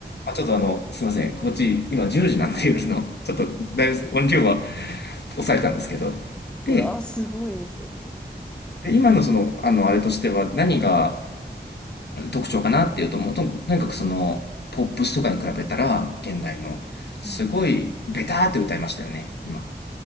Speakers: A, on the left; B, in the centre.
A: まあ、ちょっとあの、すいません。こっち今10時なんで夜の、ちょっとだいぶ音量は抑えたんですけど。で、
B: うわー、すごいですよね。
A: で今のその、あの、あれとしては何が特徴かなっていうと、もうとにとにかくその、ポップスとかに比べたら、現代の、すごいベターって歌いましたよね、
B: うん、
A: 今。